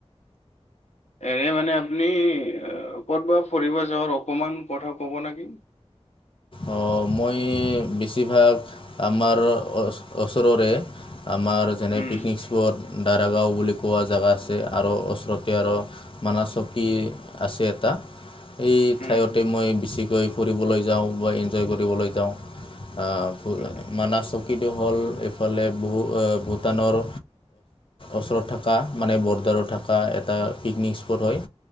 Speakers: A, on the left; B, on the left.
A: এনে মানে আপুনি ক'তবা ফুৰিব যাওঁৱাৰ অকণমান কথা ক'ব নেকি?
B: অ', মই বেছিভাগ আমাৰ ওচৰৰে আমাৰ যেনে
A: উম
B: পিকনিক স্পট দাৰাগাঁও বুলি কোৱা জেগা আছে, আৰু ওচৰতে আৰু মানা চকী আছে এটা। সেই
A: উম
B: ঠাইতে মই বেছিকৈ ফুৰিবলৈ যাওঁ। এঞ্জয় কৰিবলৈ যাওঁ আ <unintelligible>
A: উম
B: মানা চকীটো হ'ল এইফালে ভূটানৰ ওচৰত থাকা মানে বৰ্ডাৰত থাকা এটা পিকনিক স্পট হয়।